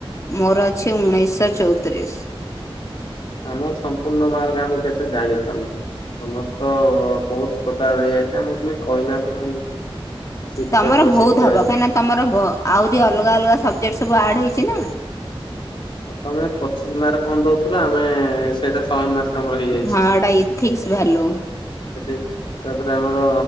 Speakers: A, on the left; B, on the left.
A: ମୋର ଅଛି ଉଣେଇଶ ଚଉତିରିଶ।
B: ଆମର ସମ୍ପୂର୍ଣ୍ଣ ମାର୍ଗ ଆମେ କେତେ ଜାଣିପାରୁନୁ। ଆମର ତ ବହୁତ ପ୍ରକାର ହେଇଯାଇଛି ଆମକୁ ବି କହିନାହାନ୍ତି କାଇଁ। ଶିକ୍ଷକ
A: ତମର ବହୁତ
B: ଶିକ୍ଷୟତ୍ରୀ
A: ହବ କାହିଁକିନା ତମର ଆହୁରି ଅଲଗା ଅଲଗା ସବଜେକ୍ଟ ସବୁ ଆଡ଼େ ହେଇଛି
B: ସବୁ।
A: ନା।
B: ଆଉ ତମେ ପଚିଶ ମାର୍କ କଣ ଦଉଥିଲ ଆମେ ସେଇଟା ଶହେ ମାର୍କ କାମ ହେଇଯାଇଛି।
A: ହଁ ଏଇଟା ଇଥିକ୍ସ ଭାଲ୍ୟୁ
B: ଏଠି ତାପରେ ଆମର